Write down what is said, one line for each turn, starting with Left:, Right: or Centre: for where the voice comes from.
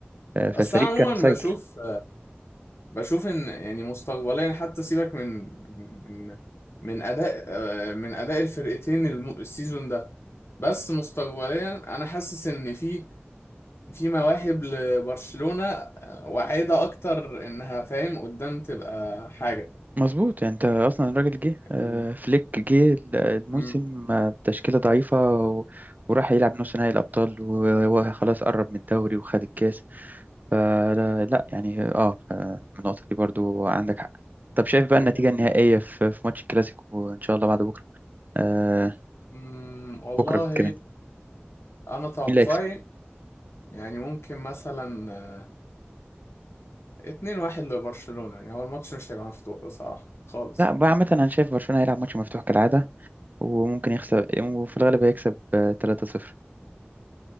Right: آه،
Left: اصل
Right: فالفريق
Left: انا عموما
Right: كان مسيطر
Left: بشوف بشوف ان يعني مستقبليا حتى سيبك من من من اداء آه، من اداء الفرقتين الم- السيزون ده بس مستقبليا انا حاسس ان في في مواهب لبرشلونة آه، واعدة اكتر انها فاهم قدام تبقى حاجة
Right: مظبوط يعني انت اصلا الراجل جه
Left: يعني
Right: آه، فليك جه ال- الموسم
Left: امم
Right: آه، بتشكيله ضعيفه و- وراح يلعب نص نهائي الابطال وهو خلاص قرب من الدوري وخد الكاس فلا لا يعني اه آه، النقطه دي برضو عندك حق طب شايف بقى
Left: لكن
Right: النتيجه النهائيه في في ماتش الكلاسيكو ان شاء الله بعد بكره آه،
Left: امم والله
Right: بكره كمان مين
Left: انا توقعي
Right: اللي هيكسب
Left: يعني ممكن مثلا آه، 2-1 لبرشلونة يعني هو الماتش مش هيبقى مفتوح بصراحة خالص
Right: لا
Left: يعني
Right: بقى عامه انا شايف برشلونه هيلعب ماتش مفتوح كالعاده وممكن يخسر وفي الغالب هيكسب آه، 3-0